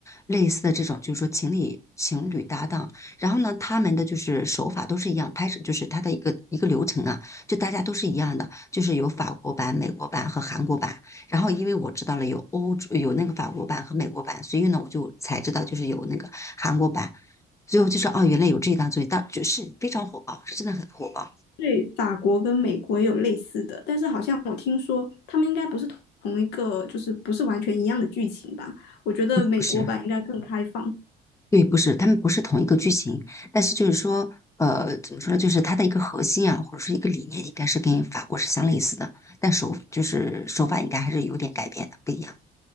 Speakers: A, on the left; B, on the left.
A: 类似的这种，就是说情侣情侣搭档。然后呢，他们的就是手法都是一样，拍摄就是它的一个一个流程啊，就大家都是一样的，就是有法国版、美国版和韩国版。然后因为我知道了有欧洲有那个法国版和美国版，所以呢，我就才知道就是有那个韩国版。最后就说哦，原来有这一档综艺，当就是非常火爆，是真的很火爆，
B: 对，法国跟美国也有类似的，但是好像我听说他们应该不是同同一个，就是不是完全一样的剧情吧？我觉得美国版应该更开放。
A: 不是。对，不是，他们不是同一个剧情，但是就是说，呃，怎么说呢？就是它的一个核心啊，或者说一个理念，应该是跟法国是相类似的，但手就是手法应该还是有点改变的，不一样